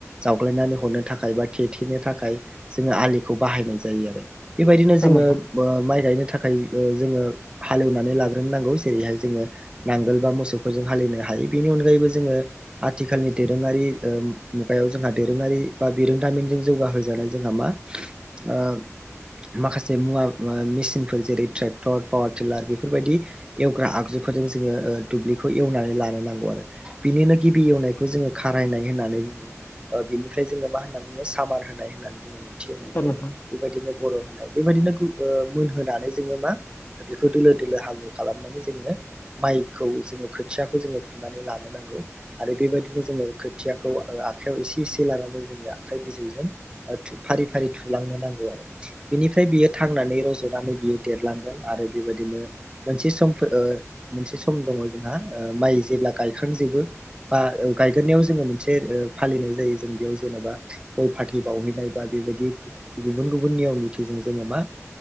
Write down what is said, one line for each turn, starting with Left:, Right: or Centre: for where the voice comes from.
Right: जावग्लायनानै हरनो थाखाय बा थेद फिनो थाखाय जोङो आलिखौ बाहायनाय जायो आरो, बेबायदिनो
Left: औ
Right: जोङो
Left: नोंथां
Right: ओ माइ गायनो थाखाय ओ जोङो हालेवनानै लाग्रोनो नांगौ, जेरैहाय जोङो नांगोल बा, मोसौफोरजों हालेवनो हायो। बेनि अनगायैबो जोङो, आथिखालनि दोरोङारि ओ मुगायाव जोंहा दोरोङारि बा बिरोंदामिनजों। जौगा जानाय जोंहा मा? ओम। माखासे मुवा ओ मेसिनफोर जेरै- ट्रेक्टर, पावार टिलार बेफोरबायदि एवग्रा आगजु। फोर जोङो, ओ दुब्लिखौ एवनानै लानो नांगौ। औआरो, बिनिनो गिबि एवनायखौ जोङो खारायनाय होननानै बुङो। बिनिफ्राय जोङो मा होनना बुङो? सामार होनाय होननानै बुङो, नैथि एनायखौ।
Left: औ नोंथां
Right: बेबायदिनो बर' माने, बेबायदिनो गो ओ मोनहोनानै जोङो मा? बेखौ दोलो दोलो हाब्लु खालामनानै जोङो। माइ खौ जोङो, खोथियाखौ जोङो। फुनानै लानो नांगौ आरो बेबायदिनो जोङो खोथियाखौ ओ आखाइयाव एसे एसे लानानै जोङो आखाइनि। बिजौजों ओ फारि फारि थुलांनो नांगौ आरो, बेनिफ्राय बियो थांनानै रज'नानै बियो। एरलांगोन आरो बेबायदिनो, मोनसे सम फोर ओ मोनसे सम दंङ जोंहा, ओ माइ। जेब्ला गायखांजोबो। बा, ओ गायगोरनायाव जोङो मोनसे ओ फालिनाय जायो, जों बेयाव जेन'बा गय फाथै बावहैनाय बा बेव। बेबायदि, ग- गुबुन गुबुन नियम निथिजों जोङो मा?